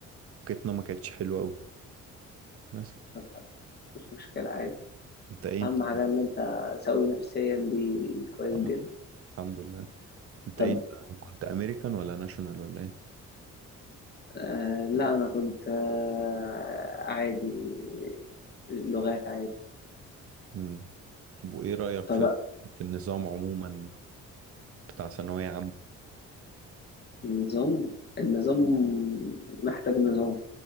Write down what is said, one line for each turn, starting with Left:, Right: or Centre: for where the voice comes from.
Right: ما كانتش حلوة قوي بس
Left: طب مش مشكله عادي
Right: انت ايه
Left: اهم
Right: انت
Left: حاجه ان انت سوي نفسيا دي كويس
Right: آه.
Left: جدا
Right: الحمد لله انت
Left: طب
Right: ايه انت كنت امريكان ولا ناشونال ولا ايه
Left: آه لا انا كنت آه عادي لغات عادي
Right: مم. طب وايه رأيك
Left: طب
Right: في في النظام عموما بتاع ثانوية عامة
Left: نظام النظام محتاج نظام